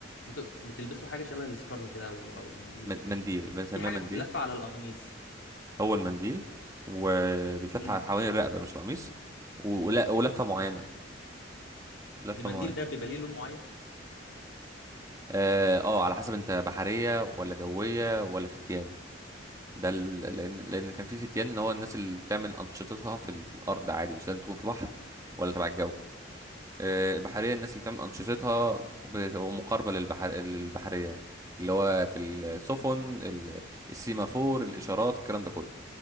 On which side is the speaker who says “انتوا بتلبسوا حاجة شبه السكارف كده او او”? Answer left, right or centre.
Left